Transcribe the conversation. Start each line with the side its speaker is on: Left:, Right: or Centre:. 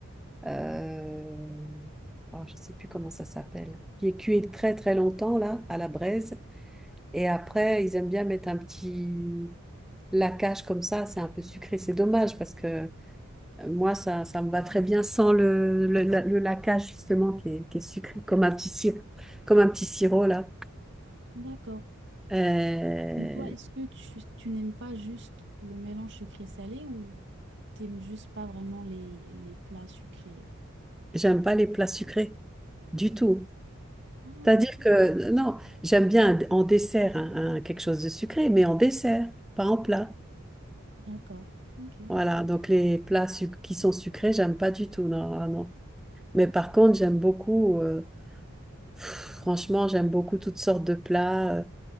Centre: euh, oh, je ne sais plus comment ça s'appelle, qui est cuit très très longtemps là, à la braise. Et après, ils aiment bien mettre un petit lacage comme ça, c'est un peu sucré. C'est dommage parce que euh, moi, ça, ça me va très bien sans le, le, la- le laquage justement qui est, qui est sucré, comme un petit sirop, comme un petit sirop là.
Right: D'accord.
Centre: Euh,
Right: Donc toi, est-ce que tu, tu n'aimes pas juste le mélange sucré-salé ou t'aimes juste pas vraiment les, les plats sucrés?
Centre: j'aime pas les plats sucrés du tout.
Right: Ah,
Centre: C'est-à-dire que, non, j'aime bien en dessert hein, hein, quelque chose de sucré, mais en dessert, pas en plat.
Right: d'accord. Ok.
Centre: Voilà, donc les plats suc- qui sont sucrés, j'aime pas du tout, non, ah non. Mais par contre, j'aime beaucoup, euh, pff, franchement, j'aime beaucoup toutes sortes de plats. euh,